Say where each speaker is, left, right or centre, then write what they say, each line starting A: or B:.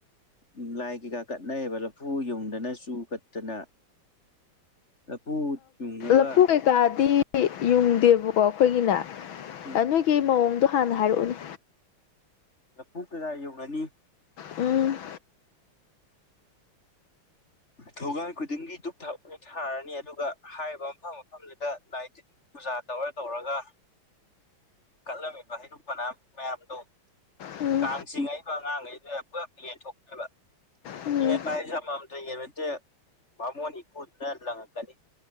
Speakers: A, on the left (about 30°); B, on the left (about 75°).
A: ꯎꯝ ꯂꯥꯏ ꯀꯩꯀꯥ ꯀꯠꯅꯩꯑꯕ ꯂꯐꯨ ꯌꯨꯡꯗꯅ ꯆꯨ ꯀꯠꯇꯅ ꯂꯐꯨ ꯌꯨꯡꯉꯒ
B: ꯂꯐꯨ ꯀꯩꯀꯥꯗꯤ ꯌꯨꯡꯗꯦꯕꯀꯣ ꯑꯩꯈꯣꯏꯒꯤꯅ
A: ꯎꯝ
B: ꯑ ꯅꯣꯢ ꯀꯤ ꯃꯑꯣꯡꯗꯣ ꯍꯥꯟꯅ ꯍꯥꯏꯔꯛꯎꯅꯦ
A: ꯂꯐꯨ ꯀꯩꯀꯥ ꯌꯨꯡꯉꯅꯤ
B: ꯎꯝ
A: ꯊꯣꯡꯒꯥꯟ ꯈꯨꯗꯤꯡꯒꯤ ꯗꯨꯛ ꯊꯥꯎꯃꯩ ꯊꯥꯔꯅꯤ ꯑꯗꯨꯒ ꯍꯥꯏꯔꯤꯕ ꯃꯐꯝ ꯃꯐꯝꯗꯨꯗ ꯂꯥꯏ ꯇꯤꯟ ꯄꯨꯖꯥ ꯇꯧꯔ ꯇꯧꯔꯒ ꯀꯠꯂꯝꯃꯤꯕ ꯍꯩꯔꯨꯛ ꯃꯅꯥ ꯃꯌꯥꯝꯗꯣ
B: ꯎꯝ
A: ꯀꯥꯡ ꯆꯤꯡꯉꯛꯏꯕ ꯑꯉꯥꯡꯉꯩꯗꯨꯗ ꯄꯨꯂꯞ ꯌꯦꯟꯊꯣꯛꯈꯤꯕ
B: ꯎꯝ
A: ꯌꯦꯟꯕ ꯍꯥꯏꯁꯦ ꯑꯝꯃꯃꯝ ꯅ ꯌꯦꯟꯕ ꯅꯠꯇꯦ ꯕꯥꯃꯣꯟ ꯏꯀꯨꯗꯨꯅ ꯂꯪꯉꯛꯀꯅꯤ